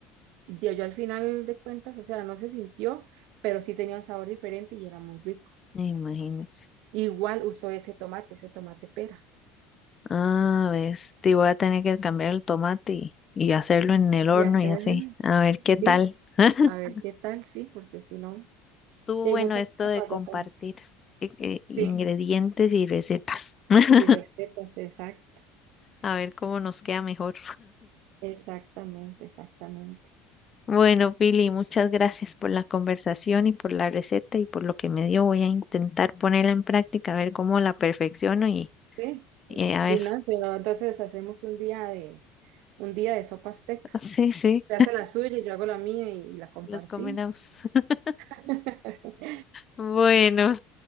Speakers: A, on the right; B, on the left.
A: yo, yo al final de cuentas, o sea, no se sintió, pero sí tenía un sabor diferente y era muy rico.
B: imagínese.
A: Igual usó ese tomate, ese tomate pera,
B: Ah, ves, te voy a tener que cambiar el tomate y, y hacerlo en el horno
A: y hacer,
B: y así. A ver qué tal.
A: sí,
B: <laughs>
A: a ver qué tal, sí, porque si no,
B: Estuvo
A: y
B: bueno
A: hay muchas
B: esto de
A: formas
B: compartir
A: de... con-
B: eh, eh, ingredientes
A: Sí,
B: y recetas. <laughs>
A: y recetas, exacto,
B: A ver cómo nos queda mejor.
A: exactamente, exactamente.
B: Bueno, Billy, muchas gracias por la conversación y por la receta y por lo que me dio. Voy a intentar ponerla en práctica, a ver cómo la perfecciono y,
A: Sí,
B: y
A: y,
B: a ver.
A: y no, pero entonces hacemos un día de un día de sopas tecas.
B: <laughs> Sí, sí,
A: Se hace la suya, yo hago la mía y, y la compartimos.
B: los combinamos. <laughs>
A: <laughs>
B: Bueno,